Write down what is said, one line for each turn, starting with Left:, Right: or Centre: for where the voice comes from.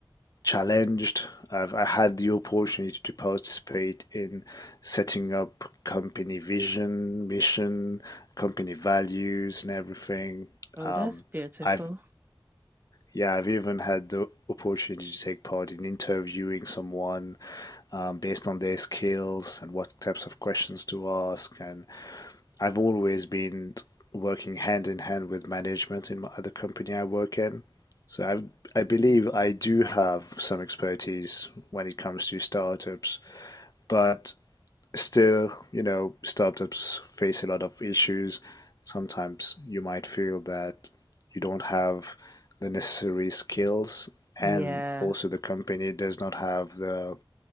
Left: challenged. I've I had the opportunity to participate in setting up company vision, mission, company values, and everything.
Right: Oh,
Left: Um,
Right: that's beautiful.
Left: I've yeah, I've even had the opportunity to take part in interviewing someone um, based on their skills and what types of questions to ask and I've always been working hand in hand with management in my, other company I work in. So I I believe I do have some expertise when it comes to startups, but Still, you know, startups face a lot of issues. Sometimes you might feel that you don't have the necessary skills,
Right: Yeah,
Left: and also the company does not have the